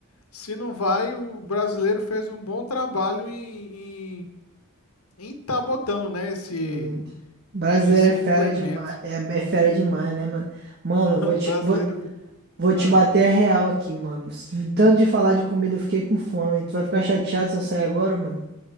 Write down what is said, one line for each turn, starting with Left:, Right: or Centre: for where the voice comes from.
Left: se não vai, o brasileiro fez um bom trabalho em em, em tá botando, né, esse,
Right: Hum, brasileiro
Left: esse
Right: é fera
Left: implemento.
Right: demais, é, é fera demais, né, mano?
Left: <laughs>
Right: Mano,
Left: Mano,
Right: eu vou te,
Left: brasileiro.
Right: vou, vou
Left: Ah,
Right: te bater a real aqui, mano. Tanto de falar de comida, eu fiquei com fome. Tu vai ficar chateado se eu sair agora, mano?